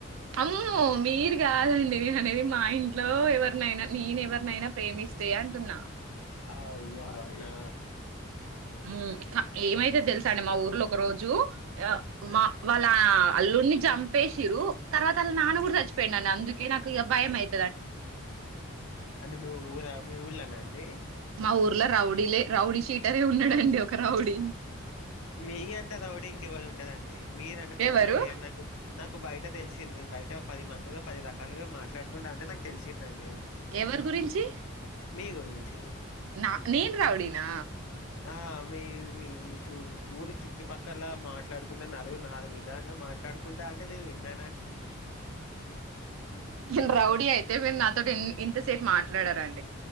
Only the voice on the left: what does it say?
అవ్వ అవునా
అంటే మీ ఊర మీ ఊళ్ళన డి
మీ అంత రౌడీ ఇంక ఎవరు ఉండరండి మీర అంటే పెద్ద
రౌడీ అని నాకు నాకు బయట తెలిసింది బయట పది మందిలో పది రకాలుగా మాట్లాడుకుంటంటే నాకు తెలిసిందం డి
మీ గురి ంచి
ఆ మీ మీరు చు ఊరి చుట్టుపక్కల మాట్లాడుకుంటడా నలుగురు నాాలుగు విధంలుగా మాట్లాడుకుంటంటే నేను విన్నా